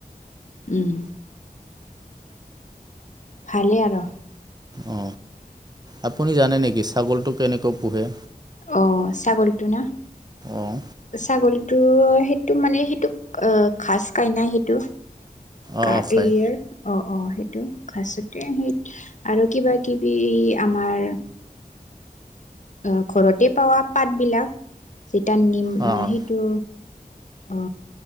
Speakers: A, on the left (about 50°); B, on the right (about 25°).
A: উম। ভালে আৰু।
B: অ আপুনি জানে নেকি ছাগলটো কেনেকৈ পোহে?
A: অ ছাগলীটো না?
B: অঁ
A: ছাগলীটো সেইটো মানে সেইটো অ ঘাচ খাই না সেইটো <unintelligible>
B: অঁ অঁ খায়
A: অ সেইটো ঘাচতে সেই আৰু কিবা কিবি আমাৰ অ ঘৰতে পাৱা পাতবলাক যেতিয়া নিম
B: অঁ
A: সেইটো অ